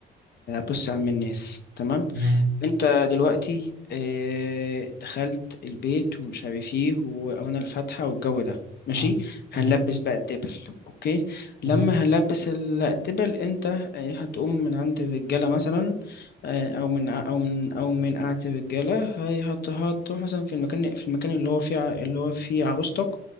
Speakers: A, on the left; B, on the right.
A: بص يا عم الناس تمام
B: تمام
A: انت دلوقتي اه دخلت البيت ومش عارف ايه وقرنا الفاتحة والجو ده ماشي
B: اه تمام
A: هنلبس بقى الدبل اوكي
B: تمام
A: لما هنلبس ال- الدبل انت اه هتقوم من عند الرجالة مثلا اه او من ع- او من او من قعدة الرجالة هي- هت- هتروح مثلا في المكان في المكان اللي هو فيه ع- اللي هو فيه عروستك